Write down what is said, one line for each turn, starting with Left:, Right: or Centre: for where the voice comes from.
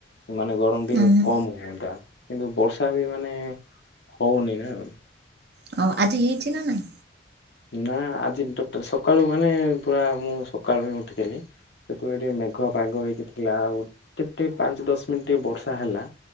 Left: ସେ ମାନେ ଗରମ ଟିକେ
Right: ହୁଁ ହୁଁ
Left: କମ୍ ହୁଅନ୍ତା କିନ୍ତୁ ବର୍ଷା ବି ମାନେ ହୋଉନି ନା ଆଉ।
Right: ହଁ ଆଜି ହେଇଚି ନା ନାଇଁ?
Left: ନା ଆଜି ସକାଳୁ ମାନେ ପୁରା ମୁଁ ସକାଳୁ ହିଁ ଉଠିଥିଲି ସେତେବେଳେ ଟିକେ ମେଘୁଆ ପାଗ ହେଇକି ଥିଲା ଆଉ ଟିକ ଟିକେ ପାଞ୍ଚ ଦଶ ମିନିଟ୍ ଟିକେ ବର୍ଷା ହେଲା।